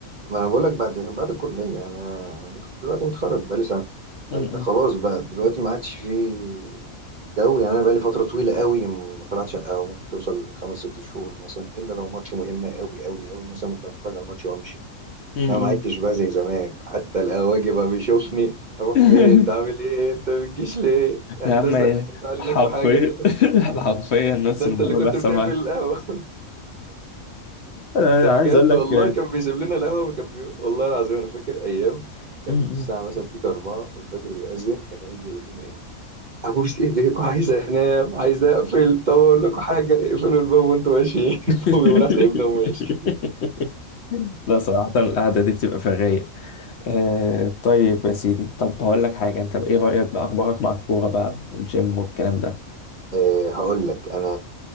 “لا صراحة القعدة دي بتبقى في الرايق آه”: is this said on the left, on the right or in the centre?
Left